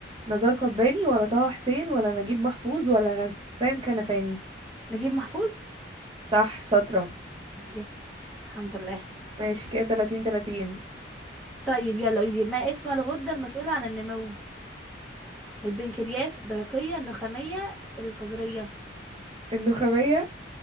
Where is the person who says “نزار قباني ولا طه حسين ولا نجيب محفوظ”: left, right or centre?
Right